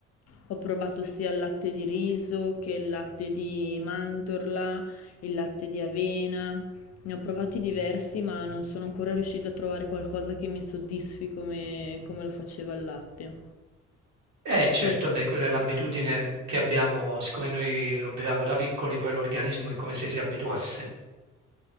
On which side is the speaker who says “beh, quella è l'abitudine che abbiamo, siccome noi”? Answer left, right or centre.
Right